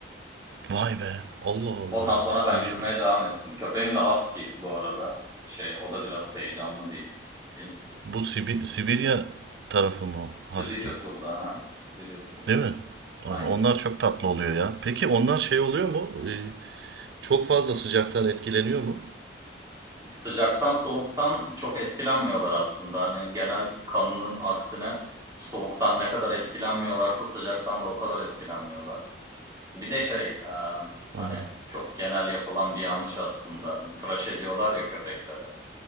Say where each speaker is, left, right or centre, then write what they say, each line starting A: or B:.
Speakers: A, on the right; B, on the right.
A: Vay be. Allah Allah.
B: Ondan sonra ben
A: Bu
B: yürümeye
A: şey,
B: devam ettim. Köpeğim de husky bu arada. Şey o da biraz heyecanlı bir cins.
A: bu Sibi- Sibirya tarafı mı o? Husky?
B: Sibirya kurdu ha. Sibirya kurdu.
A: Değil mi?
B: Aynen.
A: Ay, Onlar çok tatlı oluyor ya. Peki onlar şey oluyor mu? Ee, çok fazla sıcaktan etkileniyor mu?
B: Sıcaktan soğuktan çok etkilenmiyorlar aslında. Hani genel kanının aksine soğuktan ne kadar etkilenmiyorlarsa sıcaktan da o kadar etkilenmiyorlar. Bir de şey e, hani
A: Anladım.
B: çok genel yapılan bir yanlış aslında. Bu tıraş ediyorlar ya köpekleri.